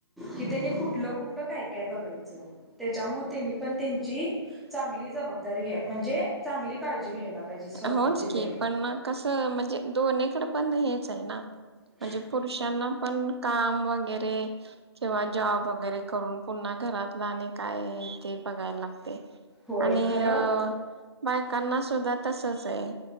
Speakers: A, in the centre; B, on the right.
A: कि त्यांनी कुठलं कुठलं काय काय बघायच त्याच्यामुळे त्यांनी पण त्यांची चांगली... जबाबदरी म्हणजे चांगली काळजी... घ्यायला पाहिजे स्वतःची
B: होच की
A: तरी
B: पण कसं म्हणजे दोनकडे पण हेच आहे ना...
A: ह
B: म्हणजे पुरुषांना पण काम वगैरे किंवा जॉब वगैरे करून पुन्हा.. घरातलं आणि काय ते बघायला लागते
A: होय
B: आणि
A: खरं
B: अ... बायकांना सुद्धा तसच आहे